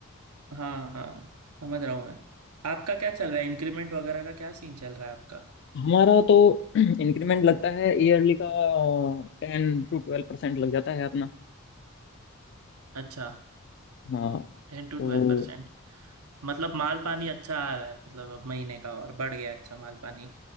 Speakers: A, on the right (about 85°); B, on the left (about 50°).
A: हाँ हाँ समझ रहा हूँ मैं आपका क्या चल रहा है इंक्रीमेंट वगैरह का क्या सीन चल रहा है आपका
B: हमारा तो <clears throat> इंक्रीमेंट लगता है ईयरली का टेन टू ट्वेल्व परसेंट लग जाता है अपना
A: अच्छा
B: हाँ
A: टेन टू
B: तो
A: ट्वेल्व परसेंट मतलब माल पानी अच्छा आ रहा है मतलब अब महीने का और बढ़ गया अच्छा माल पानी